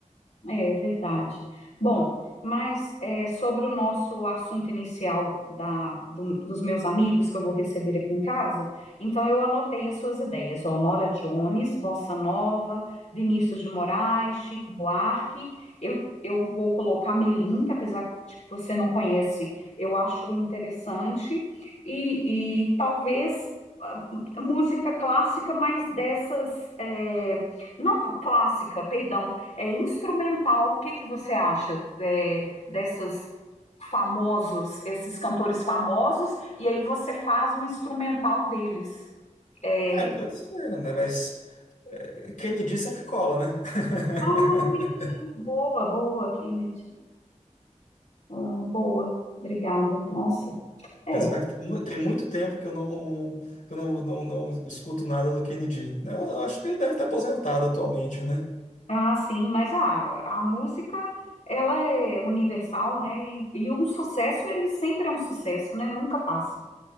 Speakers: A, on the left (about 65°); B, on the left (about 90°).
A: É verdade. Bom, mas é, sobre o nosso assunto inicial da, do- dos meus amigos que eu vou receber aqui em casa, então eu anotei as suas ideias, ó, Nora Jones, Bossa Nova, Vinícius de Moraes, Chico Buarque, eu, eu vou colocar Melim, que apesar de que você não conhece, eu acho interessante, e, e talvez ah, música clássica, mas dessas, é, não clássica, perdão, é instrumental. O que que você acha é, dessas famosos, esses cantores famosos, e aí você faz o instrumental deles? É,
B: É, pode ser, né? Mas quem me diz sempre cola, né? <laughs>
A: Ah, Kennedy, boa, boa, Kennedy. Ah, boa, obrigada. Nossa. É.
B: Apesar que tem, mu- tem muito tempo que eu não, que eu não, não, não escuto nada do Kennedy. Eu, eu acho que ele deve estar aposentado atualmente, né?
A: Ah, sim, mas a, a música, ela é universal, né? E, e um sucesso, ele sempre é um sucesso, né? Nunca passa.